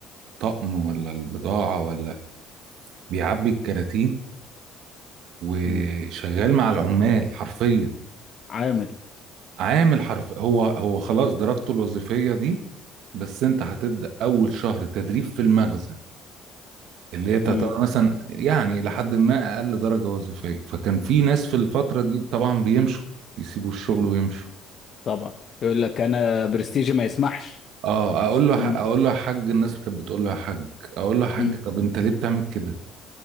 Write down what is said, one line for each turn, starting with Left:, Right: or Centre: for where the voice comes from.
Right: الطقم ولا البضاعة ولا بيعبي الكراتين وشغال
Left: امم
Right: مع العمال حرفيا
Left: عامل
Right: عامل حرف هو هو خلاص درجته الوظيفية دي بس انت هتبدأ أول شهر تدريب في المخزن اللي هي تعتبر
Left: امم
Right: مثلا يعني لحد ما أقل درجة وظيفية فكان في ناس في الفترة دي طبعا بيمشوا يسيبوا الشغل
Left: امم
Right: ويمشوا
Left: طبعا يقول لك انا برستيجي ما يسمحش
Right: اه اقول له
Left: امم
Right: اقول له يا حاج الناس كانت بتقول له يا حاج اقول له يا حاج
Left: امم
Right: طب انت ليه بتعمل كده